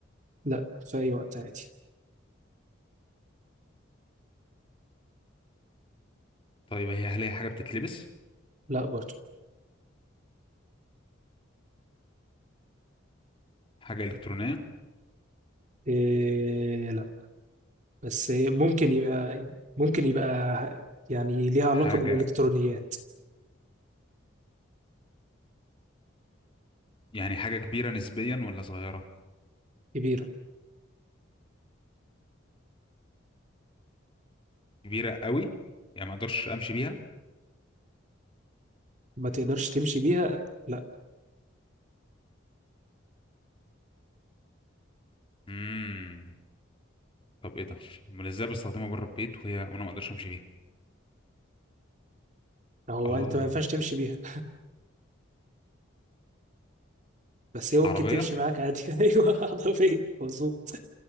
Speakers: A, on the right (about 35°); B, on the left (about 25°).
A: لا في أي وقت عادي
B: طيب هي هل هي حاجة بتتلبس
A: لا برضو
B: حاجة إلكترونية
A: إيه لا بس إيه ممكن يبقى ممكن يبقى يعني ليها علاقة
B: حاجة
A: بالإلكترونيات
B: يعني حاجة كبيرة نسبيا ولا صغيرة
A: كبيرة
B: كبيرة قوي يعني ما اقدرش امشي بيها
A: ما تقدرش تمشي بيها لا
B: امم طب ايه ده امال ازاي بستخدمها بره البيت وهي وانا ما اقدرش امشي بيها
A: هو
B: اه
A: انت ما ينفعش تمشي بيها بس هي
B: عربية
A: ممكن تمشي معاك عادي <laughs> ايوه عربيه مظبوط